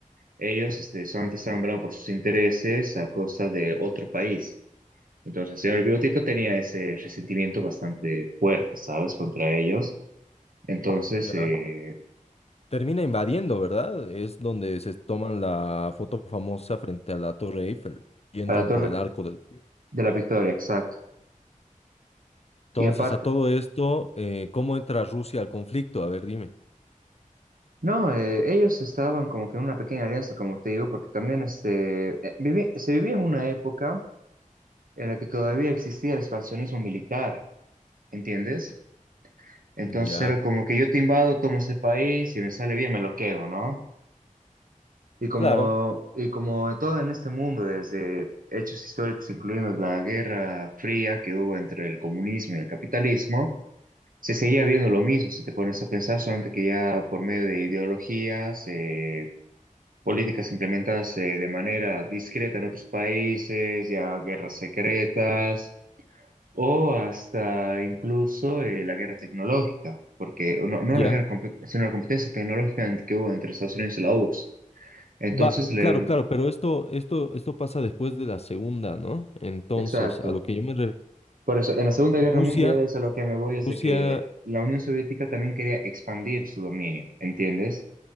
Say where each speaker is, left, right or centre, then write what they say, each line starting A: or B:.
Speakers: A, on the right; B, on the left.
A: Ellos este, solamente estaban velando por sus intereses a costa de otro país. Entonces, el señor Biotito tenía ese resentimiento bastante fuerte, ¿sabes?, contra ellos. Entonces,
B: Ya.
A: eh,
B: Termina invadiendo, ¿verdad? Es donde se toman la foto famosa frente a la Torre Eiffel y entran
A: a la Torre
B: por el Arco del Triunfo.
A: de la Victoria, exacto.
B: Entonces,
A: Y aparte,
B: a todo esto, eh, ¿cómo entra Rusia al conflicto? A ver, dime.
A: no, eh, ellos estaban como que en una pequeña alianza, como te digo, porque también este, eh, vivi- se vivía en una época en la que todavía existía el expansionismo militar, ¿entiendes? Entonces
B: Ya,
A: era como que yo te invado, tomo ese país, si me sale bien me lo quedo, ¿no? Y como,
B: claro,
A: y como todo en este mundo, desde hechos históricos, incluyendo la Guerra Fría que hubo entre el comunismo y el capitalismo, se seguía viendo lo mismo, si te pones a pensar, solamente que ya por medio de ideologías, eh, políticas implementadas eh, de manera discreta en otros países, ya guerras secretas o hasta incluso eh, la guerra tecnológica, porque no, no
B: ya.
A: la guerra, compe- sino la competencia tecnológica en- que hubo entre Estados Unidos y la URSS. Entonces,
B: Va,
A: le-
B: claro, claro, pero esto, esto, esto pasa después de la segunda, ¿no? Entonces,
A: exacto.
B: a lo que yo me refiero,
A: Por eso, en la Segunda
B: Rusia,
A: Guerra Mundial es a lo que me voy, es
B: Rusia,
A: de que la Unión Soviética también quería expandir su dominio, ¿entiendes?